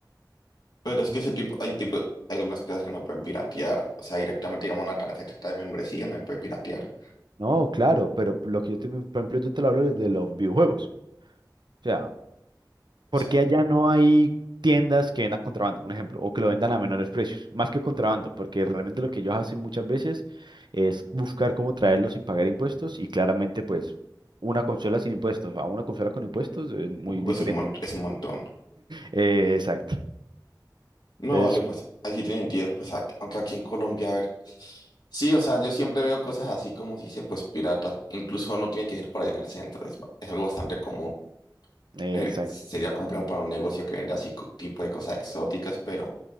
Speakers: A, on the left; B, on the right.
A: Pero es que ese tipo, hay tipo, hay algunas cosas que no pueden piratear. O sea, directamente, digamos, una tarjeta de membresía no puede piratear.
B: No, claro, pero lo que yo te, por ejemplo, yo te lo hablo desde los videojuegos. o sea. porque
A: O sea,
B: allá no hay tiendas que vendan contrabando, un ejemplo, o que lo vendan a menores precios, más que contrabando, porque realmente lo que ellos hacen muchas veces es buscar cómo traerlos sin pagar impuestos y claramente pues una consola sin impuestos a una consola con impuestos es muy
A: u-
B: diferente.
A: es un mon- es un montón.
B: Eh, exacto.
A: No,
B: Entonces,
A: vale, pues allí tiene sentido. Pues ac- aunque aquí en Colombia, a ver. Sí, o sea, yo siempre veo cosas así como si dice, pues piratas. Incluso no tiene que ser por allá en el centro. Es, ba- es algo bastante común.
B: eh,
A: Eh,
B: exacto.
A: Sería complejo para un negocio que vende así co- tipo de cosas exóticas, pero.